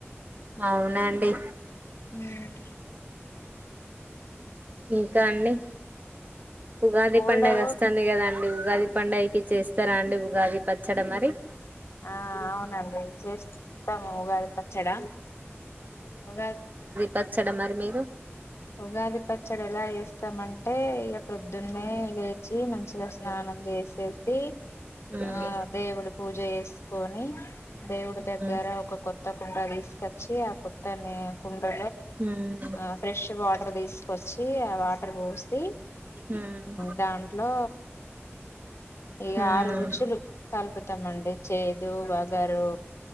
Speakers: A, on the right (about 40°); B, on the left (about 70°).
A: అవునాండి
B: ఉమ్
A: ఇంకా అండి ఉగాది
B: గోల్డ్
A: పండాగా
B: ఆ
A: వస్తుంది కదాండి ఉగాది పండాగా కి చేస్తారా అండి ఉగాది పచ్చడం మరి
B: ఆ అవునండి చేసి త్తమ ఉగాది పచ్చడా ఉగాది
A: పచ్చడ మరి మీరు
B: ఉగాది పచ్చడి ఎలా చేస్తాం అంటే ఇక పొద్దున్నే లేచి మంచిగా స్నానం చేసే సి
A: ఉమ్
B: ఆ దేవుడు పూజ చేసి కోనీ దేవుడి
A: ఉమ్
B: దగ్గర ఒక కొత్త కుండా తీసుకొచ్చి ఆ కొత్తని హలో
A: ఉమ్
B: ఆ ఫ్రెష్ వాటర్ తీసుకొచ్చి ఆ వాటర్ పోసి
A: ఉమ్
B: దాంట్లో ఇగ
A: ఉమ్
B: ఆరు రుచులు కల్పుతాం అండి చేదు వగా స్తారు